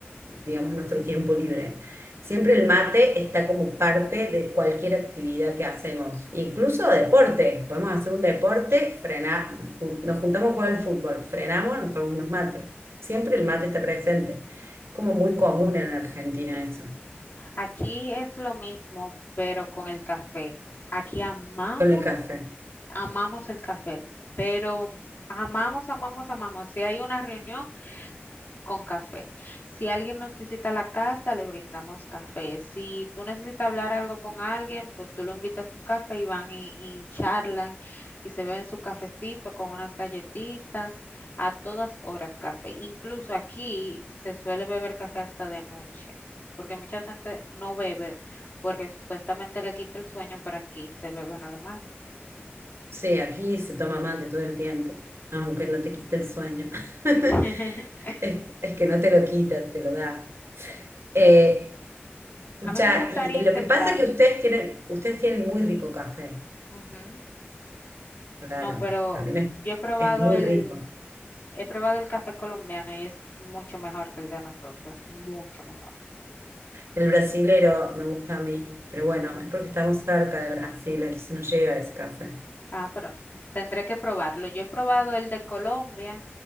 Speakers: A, on the right; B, on the left.
A: digamos, nuestro tiempo libre. Siempre el mate está como parte de cualquier actividad que hacemos, incluso deporte. Podemos hacer un deporte, frenar, ju- nos juntamos a jugar al fútbol, frenamos, nos tomamos unos mates. Siempre el mate está presente. Es como muy común en Argentina eso,
B: aquí es lo mismo, pero con el café. Aquí amamos,
A: con el café.
B: amamos el café. Pero amamos, amamos, amamos. Si hay una reunión, con café. Si alguien nos visita a la casa, le brindamos café. Si tú necesitas hablar algo con alguien, pues tú lo invitas a un café y van y, y charlan y se beben su cafecito con unas galletitas, a todas horas café. Incluso aquí se suele beber café hasta de noche, porque mucha gente no bebe porque supuestamente le quita el sueño, pero aquí se bebe normal.
A: Sí, aquí se toma mate todo el tiempo, aunque no te quite el sueño. <laughs>
B: <laughs>
A: Es, es que no te lo quita, te lo da. Eh, escucha,
B: A mí me gustaría
A: y
B: intentar.
A: lo que pasa es que ustedes tienen, ustedes tienen muy rico café.
B: Ujú.
A: Claro,
B: No, pero
A: también
B: yo he probado
A: es, es muy
B: el...
A: rico.
B: He probado el café colombiano y es mucho mejor que el de nosotros, mucho mejor.
A: El brasilero me gusta a mí, pero bueno, es porque estamos cerca de Brasil, entonces nos llega ese café.
B: Ah, pero tendré que probarlo. Yo he probado el de Colombia